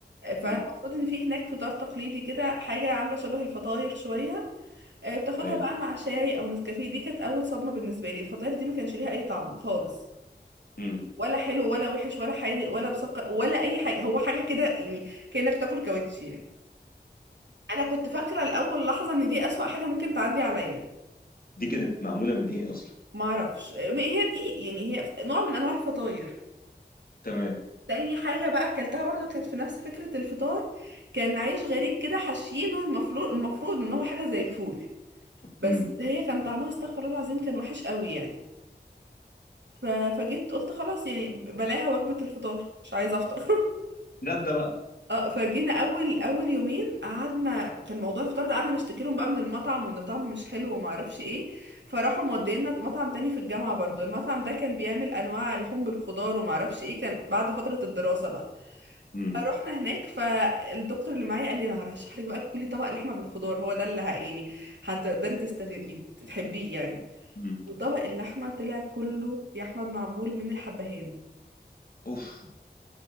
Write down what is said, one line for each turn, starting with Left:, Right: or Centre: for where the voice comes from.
Right: فالمفروض
Left: امم
Right: ان في هناك فطار تقليدي كده حاجة عاملة شبه الفطاير شوية آه، بتاخدها
Left: أيوه
Right: بقى مع شاي او نسكافيه دي كانت اول صدمة بالنسبة لي الفطاير دي ما كانش ليها اي طعم خالص
Left: امم
Right: ولا حلو ولا وحش ولا حادق ولا مسكر ولا اي حاجة هو حاجة كده يعني كأنك تاكل كاوتشي يعني انا كنت فاكره الاول لحظه ان دي اسوأ حاجه ممكن تعدي عليا
Left: دي كانت معمولة من إيه أصلا
Right: ما اعرفش ما هي دقيق يعني هي نوع من انواع الفطاير
Left: تمام
Right: تاني حاجه بقى اكلتها برضو كانت في نفس فكره الفطار كان عيش غريب كده حشينه المفروض المفروض ان هو حاجه زي الفول بس
Left: امم
Right: هي كان طعمها استغفر الله العظيم كان وحش قوي يعني ف- فجيت قلت خلاص يعني بلاها وجبه الفطار مش عايزه افطر <laughs>
Left: غدا بقى
Right: اه فجينا اول اول يومين قعدنا كان موضوع الفطار ده قعدنا نشتكي لهم بقى من المطعم وان طعمه مش حلو وما اعرفش ايه فراحوا مودينا مطعم تاني في الجامعه برضو المطعم ده كان بيعمل انواع لحوم بالخضار وما اعرفش ايه كان بعد فتره الدراسه بقى
Left: امم
Right: فروحنا هناك فالدكتور اللي معايا قال لي انا هرشح لك بقى كلي طبق لحمه بالخضار هو ده اللي ه- يعني هتقدري تستغ... تحبيه يعني
Left: امم
Right: وطبق اللحمه طلع كله يا احمد معمول من الحبهان
Left: أوف